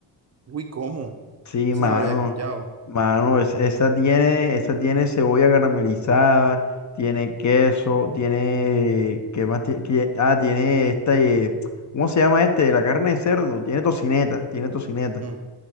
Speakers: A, on the right; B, on the left.
A: Uy, ¿cómo?
B: Sí,
A: Esa
B: mano,
A: no la había escuchado.
B: mano, es- esa tiene, esa tiene cebolla caramelizada, tiene queso, tiene, ¿qué más tie- qué- Ah, tiene esta, eh, ¿cómo se llama este? La carne de cerdo, tiene tocineta, tiene tocineta.
A: Mm,